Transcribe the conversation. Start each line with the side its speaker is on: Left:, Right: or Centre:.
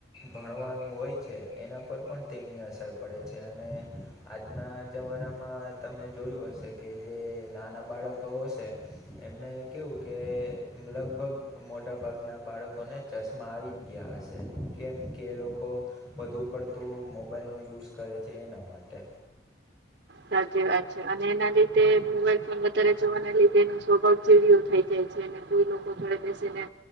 Left: ભણવાનું હોય છે એના પર પણ તેમની અસર પડે છે અને આજના જમાનામાં તમે જોયું હશે કે જે નાના બાળકો હશે એમને કેવું કે લગભગ મોટા ભાગના બાળકોને ચશ્મા આવી જ ગયા હશે કેમ કે એ લોકો વધુ પડતું મોબાઈલનો યુઝ કરે છે એના માટે.
Right: સાચી વાત છે અને એના લીધે મોબાઈલ ફોન વધારે જોવાને લીધે એનો સ્વભાવ ચીડ્યો થઈ જાય છે. જેને કોઈ લોકો જોડે બેસીને